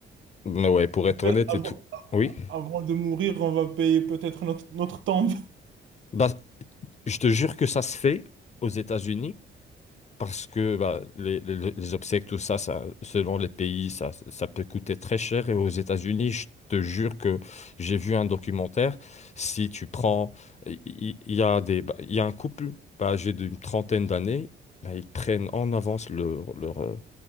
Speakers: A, on the left (about 35°); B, on the right (about 75°).
A: Mais ouais, pour être
B: Peut-
A: honnête
B: Avant,
A: et tout. Oui.
B: avant de mourir, on va payer peut-être notre, notre tombe. <laughs>
A: Bah, je te jure que ça se fait aux États-Unis. Parce que bah, les, les- les obsèques, tout ça, ça, selon les pays, ça, ça peut coûter très cher. Et aux États-Unis, je te jure que j'ai vu un documentaire. Si tu prends, il il- il y, a des, bah, il y a un couple bah, âgé d'une trentaine d'années, bah, ils prennent en avance leur, leur, euh,